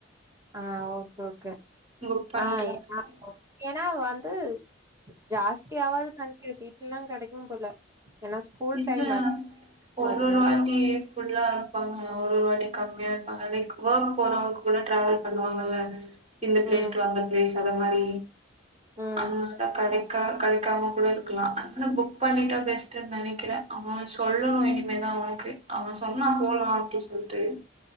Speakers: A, on the right; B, on the right.
A: ஆ ஓகே ஓகே
B: புக் பண்ணிட்டு
A: ஆ
B: தா
A: என்னா
B: போனு
A: ஏனா வந்து ஜாஸ்தி ஆவாதுன்னு நெனக்கிற சீட்ல எலா கெடைக்கு போல ஏன்னா ஸ்கூல்
B: விசித்தா
A: டைம் ஆயிடுச்சு
B: ஒரு
A: அதனால
B: வாட்டி புல்லா இருப்பாங்க ஒரு ஒரு வாட்டி கம்மியா இருப்பாங்கல லைக் ஒர்க் போறவங்க கூட டிராவல் பண்ணுவாங்கல்ல இந்த பிளேஸ்
A: ம்
B: அந்த பிளேஸ் அந்த மாரி
A: ம்
B: அதால கடைக்க கடை க்காம கூட இருக்கலா ஆனா ஃபுக் பண்ணிட்டா பெஸ்ட்னு தானே க்கிற அவ சொல்லணு இனிமேதா அவனுக்கு அவ சொன்னா போலா அப்டி சொல்ட்டு